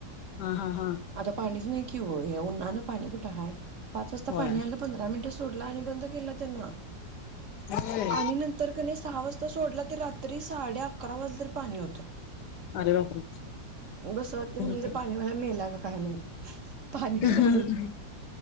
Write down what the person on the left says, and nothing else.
हा हा हा
होय
होय
अरे बापरे
भरपूर
<unintelligible>